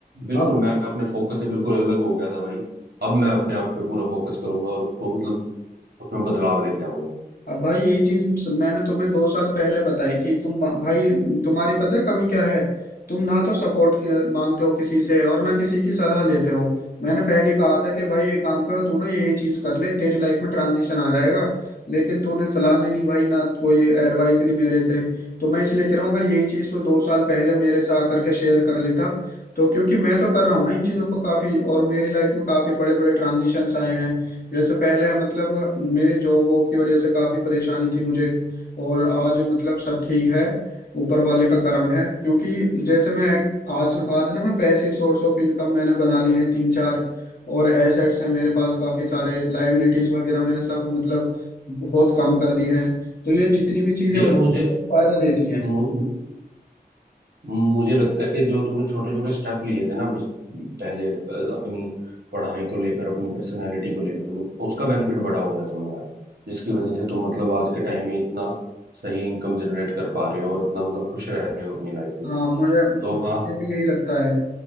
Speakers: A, on the right (about 75°); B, on the left (about 65°).
A: बिल्कुल
B: अब
A: मैं अपने फोकस से बिल्कुल अलग हो गया था भाई अब मैं अपने आप पे पूरा फोकस करूंगा और उसको मतलब उसमें बदलाव लेके आऊंगा
B: अब भाई यही चीज मैंने तुम्हें दो साल पहले बताई थी तुम भाई तुम्हारी पता है कमी क्या है तुम ना तो सपोर्ट मांगते हो किसी से और ना किसी की सलाह लेते हो मैंने पहले कहा था कि भाई ये काम कर तू ना ये ये चीज कर ले तेरी लाइफ में ट्रांजिशन आ जाएगा लेकिन तूने सलाह नहीं ली भाई ना कोई एडवाइस ली मेरे से तो मैं इसलिए कह रहा हूँ अगर यही चीज तो दो साल पहले मेरे से आकर के शेयर कर लेता तो क्योंकि मैं तो कर रहा हूँ ना इन चीजों को काफी और मेरी लाइफ में काफी बड़े बड़े ट्रांजिशंस आए हैं जैसे पहले मतलब मेरी जॉब वॉब की वजह से काफी परेशानी थी मुझे और आज मतलब सब ठीक है ऊपर वाले का करम है क्योंकि जैसे मैं आज आज ना मैं पैसिव सोर्स ऑफ इनकम मैंने बना लिए हैं तीन चार और एसेट्स हैं मेरे पास काफी सारे लाइबिलिटीज वगैरह मैंने सब मतलब बहुत कम कर दी हैं तो ये जितनी भी चीजें
A: यार
B: होती
A: मुझे
B: हैं बहुत फायदा देती हैं
A: मु, मुझे लगता है कि जो तुमने छोटे छोटे स्टेप लिए थे ना पिछ- पहले अ, अपनी पढ़ाई को लेकर अपनी पर्सनालिटी को लेकर मैं- उसका बेनिफिट बड़ा हुआ है तुम्हें यार जिसकी वजह से तुम मतलब आज के टाइम में इतना सही इनकम जनरेट कर पा रहे हो और इतना मतलब खुश रह रहे हो अपनी लाइफ में
B: हाँ मुझे
A: तो
B: मुझे
A: हाँ
B: भी यही लगता है